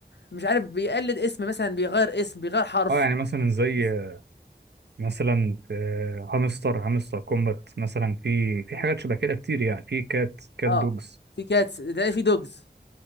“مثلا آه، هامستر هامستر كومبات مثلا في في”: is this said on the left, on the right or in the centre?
Right